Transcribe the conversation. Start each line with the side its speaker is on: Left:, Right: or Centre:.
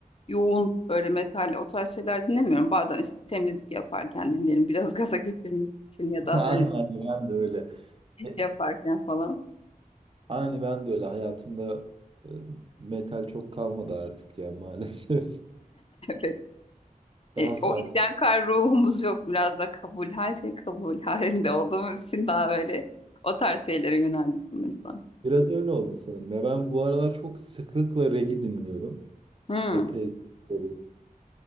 Left: yoğun böyle metal o tarz şeyler dinlemiyorum. Bazen işte temizlik yaparken dinlerim biraz <laughs> gaza getirmek için ya da
Right: Aynen
Left: hani
Right: ben de öyle.
Left: iş
Right: E,
Left: yaparken falan.
Right: Aynı ben de öyle hayatımda e, metal çok kalmadı artık ya maalesef.
Left: Evet.
Right: <laughs> Daha
Left: E,
Right: sakin.
Left: o isyankar ruhumuz yok. Biraz da kabul, her şey kabul <laughs> halinde olduğumuz için daha böyle o tarz şeylere yöneldik sanırsam.
Right: Biraz öyle oldu sanırım. Ya ben bu aralar çok sıklıkla reggae dinliyorum.
Left: Hmm,
Right: Epey dinliyorum.